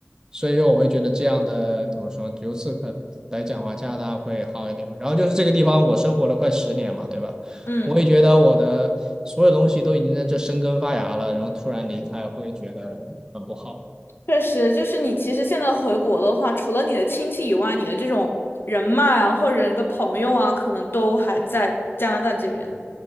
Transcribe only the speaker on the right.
所以说我会觉得这样的怎么说，由此可来讲的话，加拿大会好一点吧。然后就是这个地方，我生活了快十年嘛，对吧？
我也觉得我的所有东西都已经在这生根发芽了，然后突然离开，会觉得很不好。